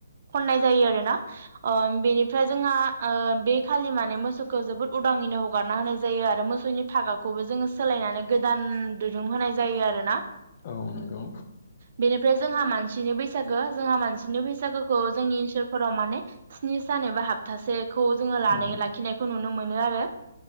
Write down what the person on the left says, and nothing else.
औ नंगौ
उम